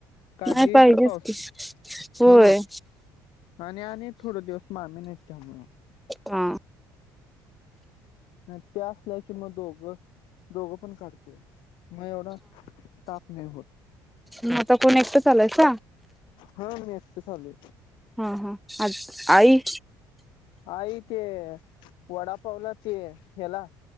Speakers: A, on the left (about 75°); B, in the centre.
A: काढली
B: नाय पाहिजेच
A: तर पाऊस
B: की, होय.
A: ह आणि, आणि थोड दिवस मामी नाहीत त्यामुळ.
B: हा!
A: नाही त्या असल्या की मग दोघं-दोघं पण काढतेय म एवढा ताप नाही होत.
B: म आता कोण एकटंच आलायसा.
A: हा मी एकट चालू
B: हा हा आत-आई!
A: आई ते वडापावला ते ह्याला